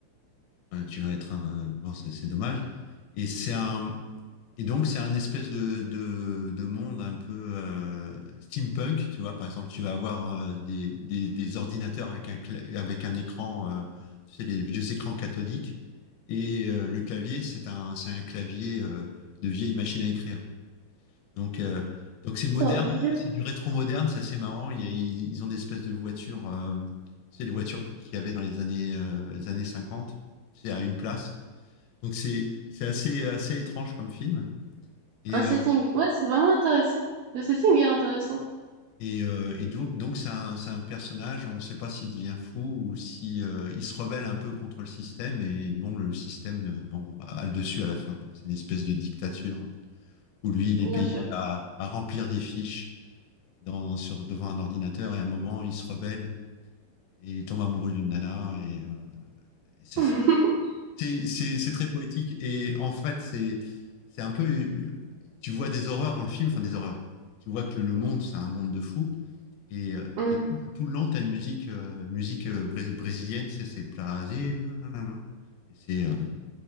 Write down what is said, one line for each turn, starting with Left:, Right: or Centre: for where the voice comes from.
Left: euh, tu vas être un euh, bon, c'est c'est dommage. Et c'est un Et donc, c'est un espèce de, de, de monde un peu euh, steampunk, tu vois. Par exemple, tu vas avoir euh, des, des, des ordinateurs avec un, cla- avec un écran, euh, tu sais, les vieux écrans cathodiques. Et euh, le clavier, c'est un, c'est un clavier euh, de vieille machine à écrire. Donc, euh, donc c'est moderne,
Right: Oh, je-
Left: c'est du rétro-moderne, c'est assez marrant. Il y a- ils ils ont des espèces de voitures, euh, tu sais, les voitures que- qu'il y avait dans les années, euh, les années 50, tu sais, à une place. Donc, c'est, c'est assez, assez étrange comme film. Et,
Right: Un setting,
Left: euh,
Right: ouais, c'est vraiment intéressant. Le setting est intéressant,
Left: Et, euh, et donc, donc c'est un, c'est un personnage, on ne sait pas s'il devient fou ou si euh, il se rebelle un peu contre le système. Et bon, le système ne- bon, a a le dessus à la fin, quoi. C'est une espèce de dictature hein, où lui, il est
Right: bien
Left: payé
Right: sûr.
Left: à, à remplir des fiches dans, sur, devant un ordinateur. Et à un moment, il se rebelle et il tombe amoureux d'une nana. Et, euh, et c'est
Right: <laughs>
Left: ça. C'est c'est- c'est très poétique. Et en fait, c'est c'est un peu. euh, Tu vois des horreurs dans le film, enfin des horreurs. Tu vois que le monde, c'est un monde de fous. Et, euh,
Right: Mm.
Left: et tout, tout le long, tu as une musique, euh, musique euh, brés- brésilienne, c'est c'est Brasil. nanana. Et c'est euh,